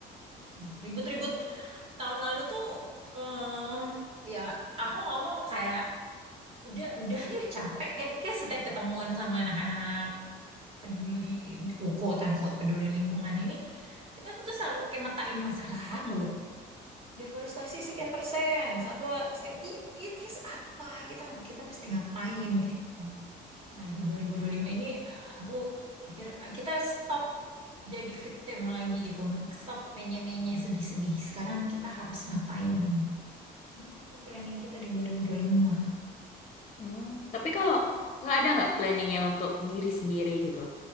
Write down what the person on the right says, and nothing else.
Mm, ribut-ribut tahun lalu tuh eh ya aku ngomong kayak udah udah yuk capek kayak, kayak setiap ketemuan sama anak-anak peduli uh, quote unquote peduli lingkungan ini kita tuh, tuh selalu kayak metain masalah mulu deforestasi sekian persen satwa sekian i, i- terus apa kita kita mesti ngapain gitu Nah, di dua dua ribu dua puluh lima ini uh, aku pikir uh, kita stop jadi victim lagi gitu. Stop menye-menye sedih-sedih. Sekarang kita harus ngapain? Gitu planning kita di 2025.